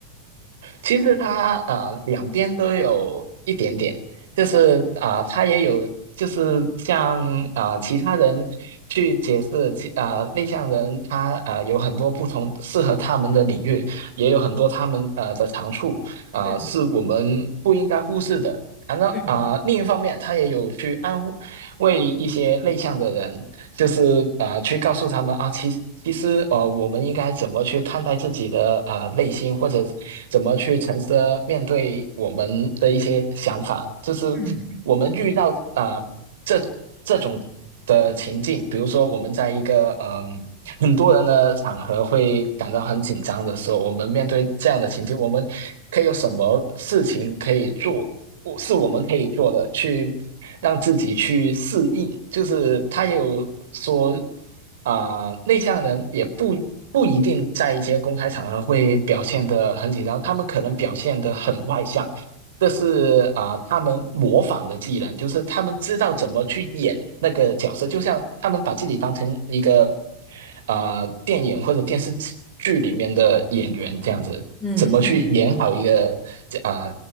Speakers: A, on the right; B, in the centre.
A: 其实他啊，两边都有一点点，就是啊、他也有就是像啊、其他人去解释其啊、内向人他啊有很多不同适合他们的领域，也有很多他们呃的长处啊、
B: 嗯
A: 是我们不应该忽视的。反正啊、
B: 嗯
A: 另一方面，他也有去安慰一些内向的人就是啊，去告诉他们啊，其其实呃，我们应该怎么去看待自己的呃内心，或者怎么去诚实的面对我们的一些想法。就是我们遇到啊这这种的情境，
B: 嗯。
A: 比如说我们在一个嗯、很多人的场合会感到很紧张的时候，我们面对这样的情境，我们可以有什么事情可以做？我是我们可以做的，去让自己去适应。就是他也有说，啊、内向人也不不一定在一些公开场合会表现得很紧张，他们可能表现得很外向，这是啊、他们模仿的技能，就是他们知道怎么去演那个角色，就像他们把自己当成一个啊、电影或者电视剧剧里面的演员这样子。
B: 嗯嗯
A: 怎么去演好一个啊、